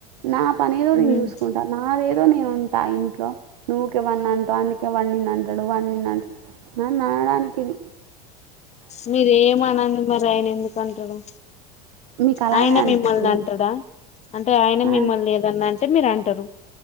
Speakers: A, on the right; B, on the left.
A: నా పని ఏదో నేను
B: ఉమ్
A: చూసుకుంటా నాదేదో నేను ఉంటా ఇంట్లో నువ్వు ఊకె అంటావు అందుకే వాడు నిన్ను అంటాడు వాడు అంటాడు నన్ను అనడానికి ఇన్
B: మీరేం ఆననంది మరి అయిన ఎందు కంటరో
A: మీకు అలానే
B: ఆయనే
A: అనిపిస్తది
B: మిమ్మల్ని అంటడాా అంటే ఆయన
A: ఆ
B: మిమ్మల్ని ఏదన్నా అంటే మీరు అం ంటారు